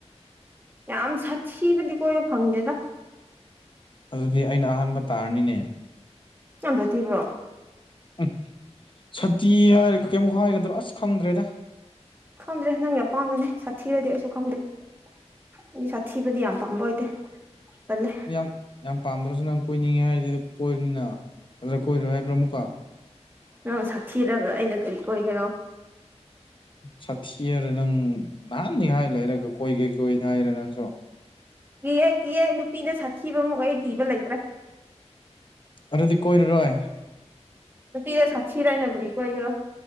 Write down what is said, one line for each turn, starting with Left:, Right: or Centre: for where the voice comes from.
Right: ꯌꯥꯝ ꯁꯥꯊꯤꯕꯗꯤ ꯀꯣꯏꯕ ꯐꯪꯗꯦꯗ
Left: ꯑꯗꯨꯗꯤ ꯑꯩꯅ ꯑꯍꯥꯟꯕ ꯇꯥꯔꯅꯤꯅꯦ
Right: ꯌꯥꯝꯪꯕ꯭ꯔ ꯊꯤꯕ꯭ꯔꯣ
Left: ꯎꯝ ꯁꯇꯤ ꯍꯥꯏꯔꯒ ꯀꯩꯃꯨꯛ ꯍꯥꯏꯒꯗ꯭ꯔꯣ ꯑꯁ ꯈꯪꯗ꯭ꯔꯦꯗ
Right: ꯈꯪꯗ꯭ꯔꯦ ꯅꯪꯒꯤ ꯑꯄꯥꯝꯕꯅꯦ ꯁꯥꯊꯤꯔꯗꯤ ꯑꯩꯁꯨ ꯈꯪꯗꯦ ꯑꯗꯨꯗꯤ ꯁꯥꯊꯤꯕꯗꯤ ꯌꯥꯝ ꯄꯥꯝꯕ ꯑꯣꯏꯗꯦ ꯇꯜꯂꯦ
Left: ꯌꯥꯝ ꯌꯥꯝ ꯄꯥꯝꯗ꯭ꯔꯁꯨ ꯅꯪ ꯀꯣꯏꯅꯤꯡꯉꯦ ꯍꯥꯏꯔꯗꯤ ꯀꯣꯏꯔꯤꯅ ꯑꯗꯨꯗ ꯀꯣꯏꯔꯣꯏ ꯍꯥꯏꯕ꯭ꯔꯥ ꯑꯃꯨꯛꯀ
Right: ꯑ ꯁꯥꯊꯤꯔꯒ ꯑꯩꯅ ꯀꯔꯤ ꯀꯣꯏꯒꯦꯔ
Left: ꯁꯥꯊꯤ ꯍꯥꯏꯔ ꯅꯪ ꯅꯍꯥꯟꯅꯤ ꯍꯥꯏꯔ ꯂꯩꯔꯒ ꯀꯣꯏꯈꯩ ꯀꯣꯏꯗ ꯍꯥꯏꯔꯦ ꯅꯪ
Right: ꯀꯤꯍꯦ ꯀꯤꯍꯦ ꯅꯨꯄꯤꯅ ꯁꯥꯊꯤꯕ ꯑꯃ ꯑꯩ ꯊꯤꯕ ꯂꯩꯇ꯭ꯔꯥ
Left: ꯑꯗꯨꯗꯤ ꯀꯣꯏꯅꯔꯣꯏ
Right: ꯅꯨꯄꯤꯤꯗ ꯁꯥꯈꯤꯤ ꯔꯅ ꯇꯔꯤꯀ ꯑꯣꯏꯒꯗ